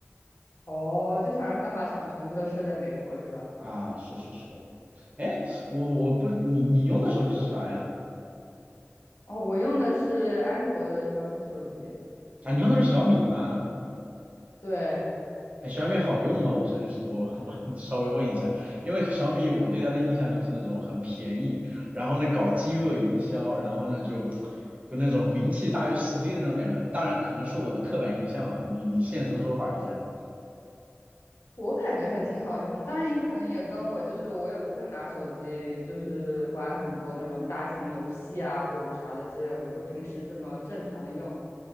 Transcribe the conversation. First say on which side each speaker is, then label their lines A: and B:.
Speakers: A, on the left; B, on the right.
A: 哦，就想让他把厂全部都设在美国是吧？
B: 啊，是是是，哎，我我不你你用的手机是啥呀？
A: 哦，我用的是安卓的小米手机，
B: 啊，你用的是小米吗？
A: 对，
B: 哎，小米好用吗？我说就是我我 <laughs> 稍微问一下，因为小米我对它的印象就是那种很便宜，然后呢搞饥饿营销，然后呢就就那种名气大于实力的那种感觉。当然可能是我的刻板印象啊，你你现身说法一下。
A: 我感觉还挺好用的。当然，你可能也跟我就是我也不会拿手机，就是玩很多那种大型游戏啊或者啥的之类，我就平时这么正常的用。